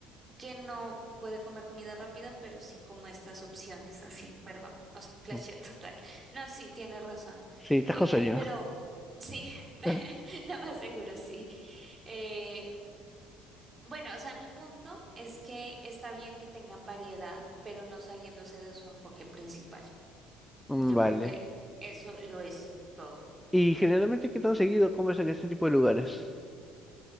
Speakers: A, on the right; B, in the centre.
A: que no puede comer comida rápida, pero sí como estas opciones, así, perdón, o sea, flashé
B: No.
A: total. <laughs> No, sí, tiene razón.
B: Sí, estás
A: Eh,
B: con sueño.
A: pero sí, <laughs>
B: <laughs>
A: lo más seguro sí. Eh, Bueno, o sea, mi punto es que está bien que tengan variedad, pero no saliéndose de su enfoque principal.
B: Mm,
A: Yo
B: Vale.
A: creo que eso lo es todo.
B: ¿Y generalmente qué tan seguido comes en este tipo de lugares?